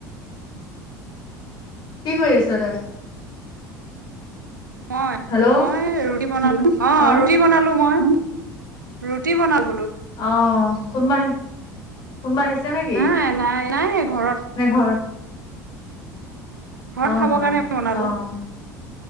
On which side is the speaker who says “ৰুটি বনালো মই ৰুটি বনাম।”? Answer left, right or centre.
Right